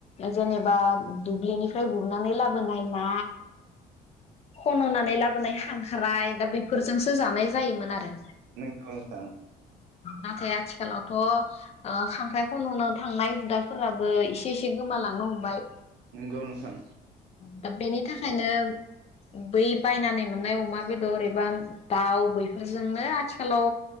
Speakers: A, on the left; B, on the right.
A: जेनेबा दुब्लिनिफ्राय गुरनानै लाबोनाय ना खन'नानै लाबोनाय खांख्राय दा बेफोरजोंसो जानाय जायोमोन आरो।
B: नोंगौ नोंथां
A: नाथाय आ थिखालावथ' ओ खांख्राइ खन'नो थांनाय हुदाफोराबो एसे एसे गोमालांनो हमबाय।
B: नंगौ नोंथां
A: दा बेनि थाखायनो बै बायनानै मोननाय अमा बेदर एबा दाउ बैफोरजोंनो आथिखालाव